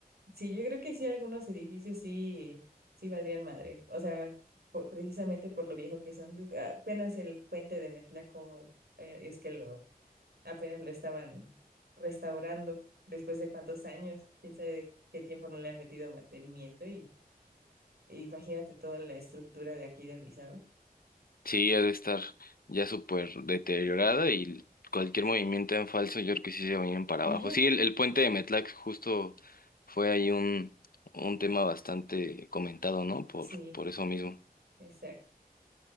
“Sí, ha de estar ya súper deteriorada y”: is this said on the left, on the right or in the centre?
Left